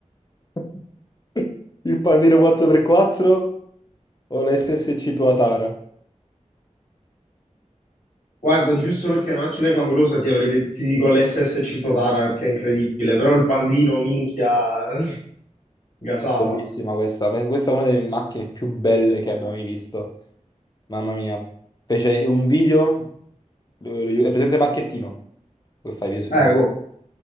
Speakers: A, on the left; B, on the left.
A: <laughs> Il pandino 4x4 o la SSC Tuatara?
B: guarda, giusto perché è una macchina clamorosa ti avrei detto, ti dico l'SSC Totara perché è incredibile, però il pandino, minchia, <laughs> gasava.
A: Bellissima questa, Ma questa è una delle macchine più belle che abbia mai visto. Mamma mia. Fece un video, eh, è presente Marchettino, che fa i video su
B: Ecco,
A: YouTube.